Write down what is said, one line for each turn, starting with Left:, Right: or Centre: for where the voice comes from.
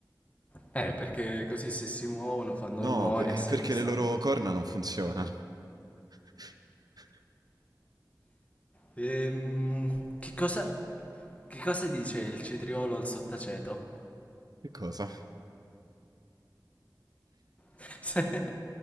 Left: Eh, perché così se si muovono fanno
Right: No,
Left: rumore
Right: pe- è
Left: e sai
Right: perché
Left: dove stanno.
Right: le loro corna non funzionano. <laughs>
Left: Ehm, che cosa, che cosa dice il cetriolo al sottaceto?
Right: Che cosa?
Left: <laughs> Se-